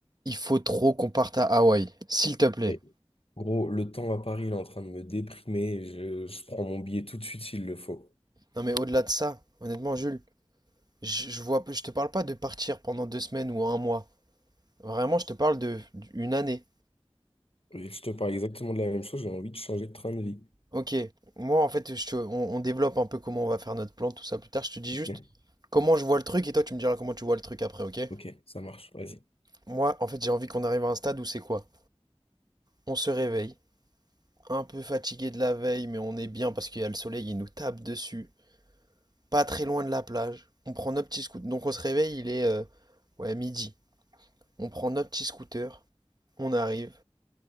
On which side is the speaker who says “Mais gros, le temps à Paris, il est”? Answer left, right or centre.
Left